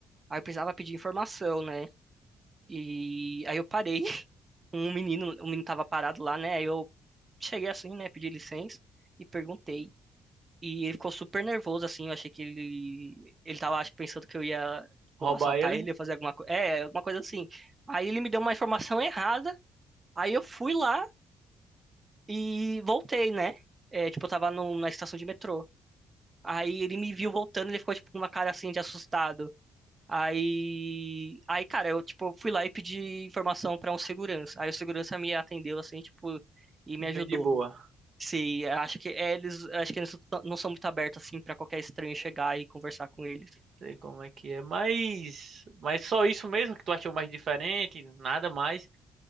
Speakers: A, on the right; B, on the right.
A: Aí eu precisava pedir informação, né? E aí eu parei. <laughs> Um menino, o menino tava parado lá, né? Aí eu cheguei assim, né, pedi licença e perguntei. E ele ficou super nervoso, assim. Eu achei que ele. Ele tava, acho que, pensando que eu ia, tipo,
B: Roubar
A: assaltar
B: ele,
A: ele, ia fazer alguma coisa. É, alguma coisa assim. Aí ele me deu uma informação errada. Aí eu fui lá e voltei, né? É, tipo, eu tava no- na estação de metrô. Aí ele me viu voltando, ele ficou, tipo, com uma cara assim de assustado. Aí. Aí, cara, eu, tipo, fui lá e pedi informação pra um segurança. Aí o segurança me atendeu, assim, tipo, e
B: bem
A: me ajudou.
B: de boa.
A: Se acha que é, eles, acho que eles não são muito abertos assim pra qualquer estranho chegar e conversar com eles.
B: Sei como é que é, mas, mas só isso mesmo que tu achou mais diferente, nada mais,